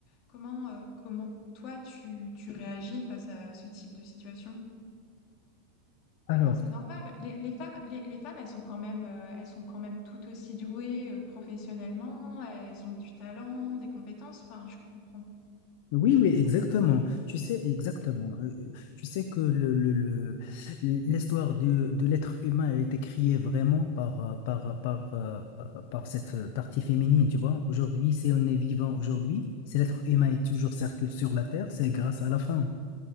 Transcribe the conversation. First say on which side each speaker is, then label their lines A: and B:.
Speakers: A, on the left; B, on the left.
A: comment, euh, comment toi tu, tu réagis face à ce type de situation?
B: Alors,
A: Enfin, c'est normal. Les, les femmes, les, les femmes, elles sont quand même, euh, elles sont quand même tout aussi douées euh, professionnellement. Elles ont du talent, des compétences. Enfin, je comprends,
B: Oui,
A: je comprends.
B: oui, exactement.
A: que
B: Tu sais, exactement. Euh, euh, Tu sais que le, le, le- l'histoire de, de l'être humain a été créée vraiment par, euh, par, euh, par, euh, euh, par cette partie féminine, tu vois. Aujourd'hui, si on est vivant aujourd'hui, si l'être humain est toujours circule sur la Terre, c'est grâce à la femme.